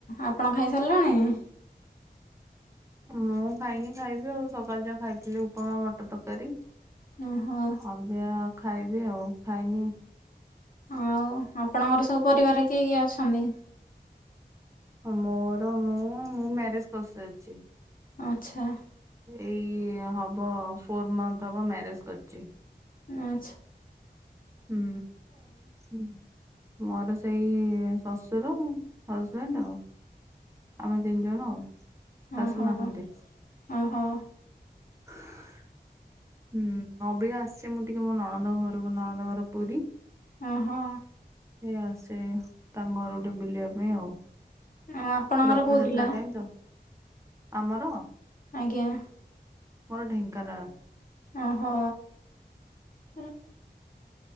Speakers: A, on the left; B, on the right.
A: ଆପଣ ଖାଇ ସାରିଲେଣି?
B: ମୁଁ ଖାଇନି ଖାଇବି ଆଉ ସକାଳୁ ଯା ଖାଇଥିଲି ଉପମା ମଟର ତରକାରୀ।
A: ଓହୋ।
B: ଏବେ ଆ ଖାଇବି ଆଉ ଖାଇନି।
A: ଆଉ ଆପଣଙ୍କର ସବୁ ପରିବାରେ କିଏ କିଏ ଅଛନ୍ତି?
B: ମୋର ମୁଁ ମୁଁ ମ୍ୟାରେଜ କରିସାରିଛି।
A: ଆଛା।
B: ଏଇ ହବ ଫର୍ ମନ୍ଥ ହବ ମ୍ୟାରେଜ କରିଛି।
A: ଆଛା
B: ହୁଁ ହୁଁ। ମୋର ସେଇ ଶ୍ୱଶୁର ହଜବେଣ୍ଡ ଆଉ। ଆମେ ତିନି ଜଣ ଆଉ ଶାଶୁ
A: ଓହୋ
B: ନାହାନ୍ତି।
A: ଓହୋ
B: <unintelligible> ହୁଁ ଅବିକା ଆସିଚି ମୁଁ ଟିକେ ମୋ ନଣନ୍ଦ ଘରକୁ ନଣନ୍ଦ ଘର ପୁରୀ
A: ଓ ହୋ।
B: ଏଇ ଆସେ ତାଙ୍କ ଘରଟେ ବୁଲିବା ପାଇଁ ଆଉ।
A: ଆଉ ଆପଣଙ୍କର
B: ରଥଯାତ୍ରା
A: କୋଉ ଜିଲ୍ଲା?
B: ଟାଇମ ତ ଆମର।
A: ଆଜ୍ଞା।
B: ମୋର ଢେଙ୍କାନାଳ।
A: ଓ ହୋ <inaudible>